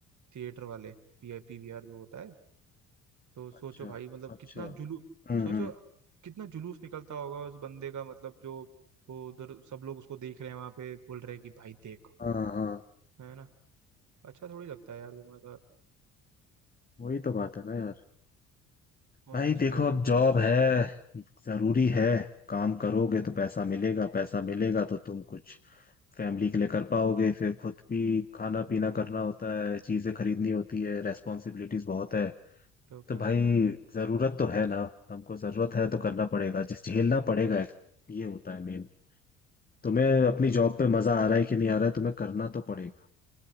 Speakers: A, on the right; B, on the left.
A: थिएटर वाले P I P V R जो होता है तो सोचो
B: अच्छा
A: भाई मतलब
B: अच्छा
A: कितना जुलू
B: हम्म
A: सोचो
B: हम्म
A: कितना जुलूस निकलता होगा उस बंदे का मतलब जो वो उधर सब लोग उसको देख रहे हैं वहां पे बोल रहे हैं कि भाई देखो
B: हाँ हाँ
A: है ना अच्छा थोड़ी लगता है यार तुम्हारा
B: वही तो बात है ना यार
A: होने
B: भाई
A: चाहिए
B: देखो
A: भाई
B: अब
A: कुछ
B: जॉब है जरूरी है काम करोगे तो पैसा मिलेगा पैसा मिलेगा तो तुम कुछ फैमिली के लिए कर पाओगे फिर खुद भी खाना
A: हम्म
B: पीना करना होता है चीजें खरीदनी होती है रेस्पॉन्सिबिलिटीज बहुत है
A: तो क्या
B: तो भाई जरूरत तो है ना हमको जरूरत है तो करना पड़ेगा जिस झेलना पड़ेगा ये होता है मेन तुम्हें अपनी जॉब पे मजा आ रहा है कि नहीं आ रहा है तुम्हें करना तो पड़ेगा